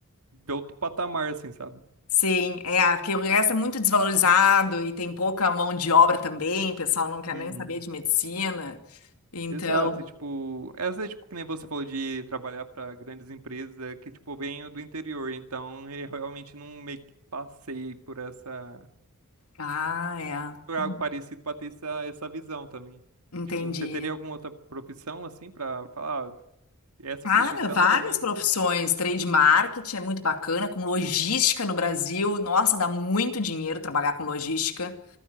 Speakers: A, on the right; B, on the left.
A: de outro patamar, assim, sabe?
B: Sim, é, porque o resto é muito desvalorizado e tem pouca mão de obra também, o pessoal não quer
A: Uhum.
B: nem saber de medicina. Então,
A: Exato, e, tipo, essa é tipo que nem você falou de trabalhar para grandes empresas, é que tipo eu venho do interior, então eu realmente não meio que passei por essa
B: ah, é.
A: por algo
B: Uhum,
A: parecido para ter essa, essa visão também.
B: Entendi.
A: Tipo, você teria alguma outra profissão assim para falar, "Ah, essa
B: Cara,
A: profissão
B: várias
A: também.
B: profissões, trade marketing é muito bacana, com logística no Brasil, nossa, dá muito dinheiro trabalhar com logística.